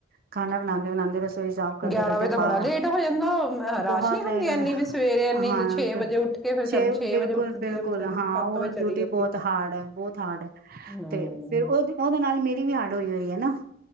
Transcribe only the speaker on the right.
ਖਾਣਾ ਬਣਾਂਦੇ-ਬਣਾਂਦੇ ਰਸੋਈ ਕਰਦੇ
ਕਰਦੇ
ਬਾਰ
ਬਹੁਤ
ਲੇਟਦੇ
ਹਾਂ,
ਛੇ
ਬਿਲਕੁਲ-
ਬਿਲਕੁਲ
ਹਾਂ
ਉਹ
ਡਿਊਟੀ
ਬਹੁਤ ਹਾਰਡ ਹੈ। ਬਹੁਤ ਹਾਰਡ ਹੈ,
ਤੇ ਫਿਰ ਉਹ ਦੇ ਨਾਲ ਮੇਰੀ ਵੀ ਹਾਰਡ ਹੋਈ ਹੋਈ ਹੈ। ਹਨ ਨਾ।